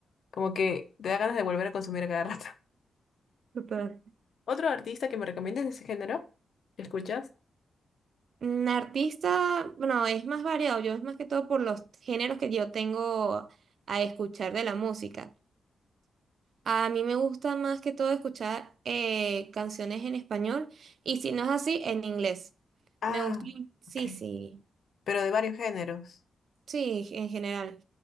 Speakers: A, on the left (about 60°); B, on the right (about 60°).
A: Como que te da ganas de volver a consumir a cada rato.
B: Súper.
A: <laughs> ¿Otro artista que me recomiendes de ese género? ¿Lo escuchas?
B: Mm, Artista, bueno, es más variado. Yo es más que todo por los géneros que yo tengo a escuchar de la música. A mí me gusta más que todo escuchar eh, canciones en español y si no es así, en inglés.
A: Ah,
B: Me gusta, sí,
A: ok.
B: sí.
A: Pero de varios géneros.
B: Sí, en general.